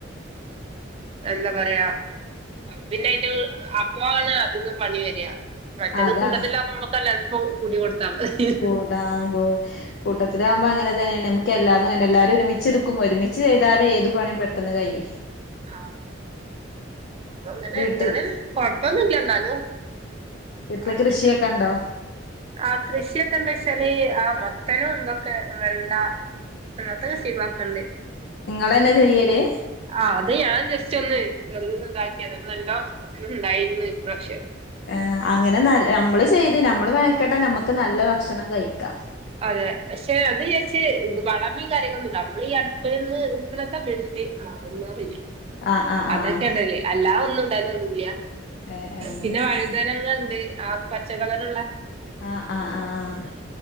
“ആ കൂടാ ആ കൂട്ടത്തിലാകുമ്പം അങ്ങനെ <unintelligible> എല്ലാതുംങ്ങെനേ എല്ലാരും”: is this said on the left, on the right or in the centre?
Left